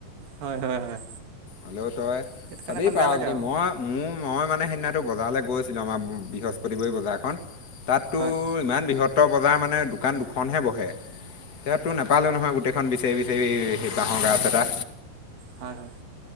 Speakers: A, on the right; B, on the left.
A: হয় হয় হয়
B: হ্ল' তই
A: সেইটো
B: চাবি
A: কাৰণে অকণ
B: পাৰ
A: বেয়া
B: আপনি
A: লাগে আৰু
B: মই মোৰ মই মানে সেইদিনা বজাৰলৈ গৈছিলোঁ আমাৰ বৃহস্পতিবাৰ বজাৰখন তাততো
A: হয়
B: ইমান বৃহ সত বজাৰ মানে দোকান দুখনহে বহে এতি তো নাপালো নহয় গোটেইখন বিচাৰি বিচাৰি সেই বাঁহৰ গাছ এটা
A: হয় হয়